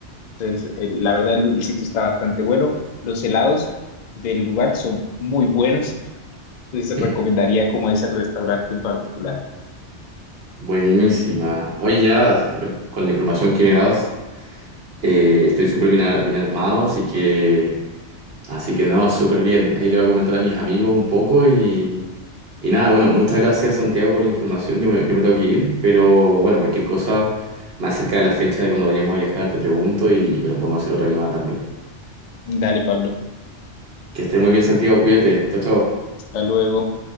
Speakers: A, on the left; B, on the right.
A: Entonces, eh, la verdad, el, el sitio está bastante bueno. Los helados del lugar son muy buenos, entonces
B: <laughs>
A: recomendaría como ese restaurante en particular.
B: Buenísima. Oye, ya con, con la información que me das, eh, estoy súper bien, a- bien armado, así que Así que no, súper bien. Ahí le voy a comentar a mis amigos un poco y, y nada, bueno, muchas gracias Santiago por la información. Yo me, yo me tengo que ir, pero bueno, cualquier cosa más cerca de la fecha de cuando vayamos a viajar, te pregunto y bueno, podemos hacer otra llamada también.
A: Dale, Pablo,
B: Que esté muy bien Santiago, cuídate. Chao, chao.
A: hasta luego.